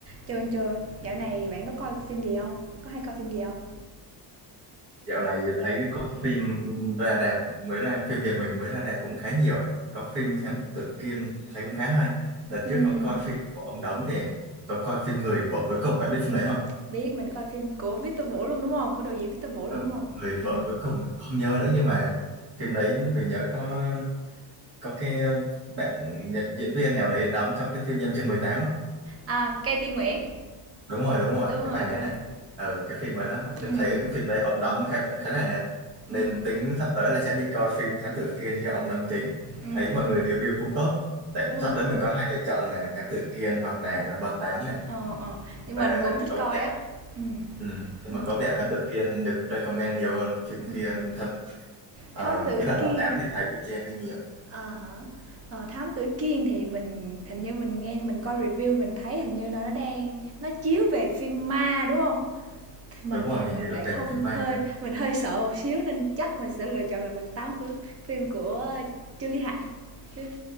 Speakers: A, on the right (about 30°); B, on the right (about 60°).
A: Chưa chưa, dạo này bạn có coi phim gì không Có hay coi phim gì không
B: Dạo này thấy có phim ra rạp mới ra phim Việt mình mới ra rạp cũng khá nhiều ấy. Có phim Thám Tử Kiên thấy cũng khá hay. Đợt
A: Ừm,
B: trước có coi phim của ông Đống thì có coi phim Người vợ cuối cùng bạn biết phim đấy không?
A: biết mình coi phim của Victor Vũ luôn, đúng không Của đạo diễn Victor Vũ
B: Ờ,
A: luôn, đúng không
B: Người vợ
A: Ừm,
B: cuối cùng không nhớ nữa nhưng mà phim đấy mình nhớ có có cái bạn nhận diễn viên nào đấy đóng trong cái phim Em chưa mười tám á
A: à, Cây Tiên Nguyễn,
B: đúng rồi đúng rồi
A: đúng
B: cái
A: rồi,
B: bài
A: đúng
B: đó
A: rồi.
B: ờ cái phim ở đó trông
A: Ừm,
B: thấy cái phim đấy ông đóng khá khá là đẹp nên
A: ừm,
B: tính sắp tới là sẽ đi coi phim Thám Tử Kiên do ông đóng chính
A: ừm,
B: thấy mọi
A: ừm,
B: người review cũng tốt tại
A: đúng
B: sắp
A: rồi,
B: tới mình có hai lựa chọn là Thám Tử Kiên hoặc là là Mật Tám này
A: ờ, ờ, nhưng
B: và
A: mình cũng thích
B: có
A: coi
B: vẻ
A: á. Ừm,
B: ừ. nhưng
A: ừm,
B: mà có vẻ Thám Tử Kiên được recommend nhiều hơn phim kia
A: ừm.
B: thám... à,
A: Thám Tử
B: cái đợt
A: Kiên,
B: Mật Tám thì thấy bị chê hơi nhiều
A: à hả ờ, Thám Tử Kiên thì mình hình như mình nghe mình coi review mình thấy hình như là nó đang nó chiếu về phim ma, đúng không Thì mình
B: đúng rồi
A: thì
B: hình
A: mình
B: như
A: lại
B: nó về
A: không
B: phim may
A: hơi mình hơi sợ một xíu nên chắc mình sẽ lựa chọn là Mặt Tám của phim của Trương Lý Hải. Chứ